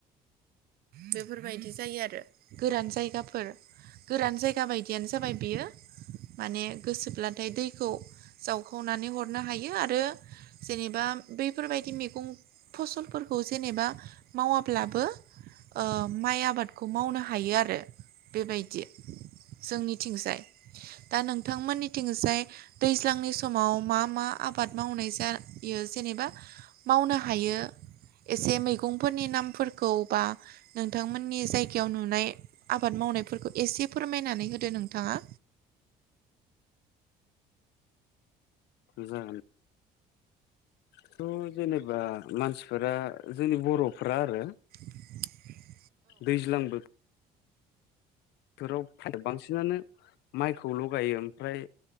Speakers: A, on the right (about 65°); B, on the left (about 80°).
A: बेफोरबायदि जायो आरो गोरान जायगाफोर गोरान जायगा बायदियानो जाबाय बेयो माने गोसोब्लाथाय दैखौ जावखावनानै हरनो हायो आरो जेनेबा बैफोरबायदि मैगं फसलफोरखौ जेनेबा मावाब्लाबो ओ माइ आबादखौ मावनो हायो आरो बेबायदि जोंनिथिंजाय दा नोंथांमोननिथिंजाय दैज्लांनि समाव मा मा आबाद मावनाय जा इयो जेनेबा मावनो हायो एसे मैगंफोरनि नामफोरखौ बा नोंथांमोननि जायगायाव नुनाय आबाद माव मावनायफोरखौ एसे फोरमायनानै होदो नोंथाङा
B: जागोन थ जेनेबा मानसिफोरा जोंनि बर फोरा आरो
A: <unintelligible>
B: दैज्लांबो बोथोराव बांसिनानो माइखौ ल गायो ओमफ्राय